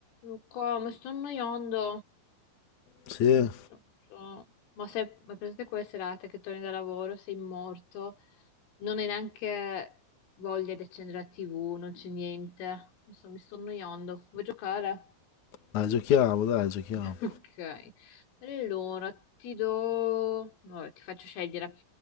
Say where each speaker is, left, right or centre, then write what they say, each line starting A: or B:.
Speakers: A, on the left; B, on the left.
A: Luca, mi sto annoiando.
B: Sì,
A: Non so, so- Ma se ma presente quelle serate che torni da lavoro, sei morto, non hai neanche voglia di accendere la TV, non c'è niente. Non so, mi sto annoiando. Vuoi giocare?
B: dai, giochiamo, dai, giochiamo.
A: <laughs> Ok. Allora, ti do... Vabbè, ti faccio scegliere.